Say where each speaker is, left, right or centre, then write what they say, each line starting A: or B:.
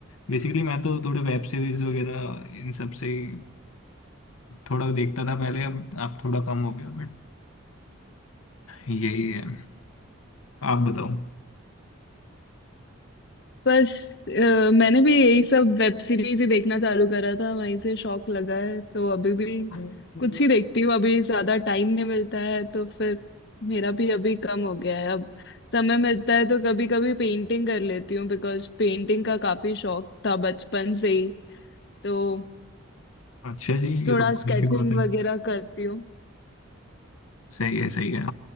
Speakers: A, on the left; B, on the left.
A: बेसिकली मैं तो थोड़े वेब सीरीज वगैरह इन सब से ही थोड़ा देखता था पहले अब आप थोड़ा कम हो गया बट यही है आप बताओ
B: बस अ, मैंने भी यही सब वेब सीरीज ही देखना चालू करा था वहीं से शौक लगा है तो अभी भी
A: <laughs>
B: कुछ ही देखती हूँ अभी ज्यादा टाइम नहीं मिलता है तो फिर मेरा भी अभी कम हो गया है अब समय मिलता है तो कभी कभी पेंटिंग कर लेती हूँ बिकॉज पेंटिंग का काफी शौक था बचपन से ही तो
A: अच्छा जी
B: थोड़ा
A: ये तो बहुत
B: स्केचिंग
A: अच्छी बात है
B: वगैरह करती हूँ
A: सही है सही है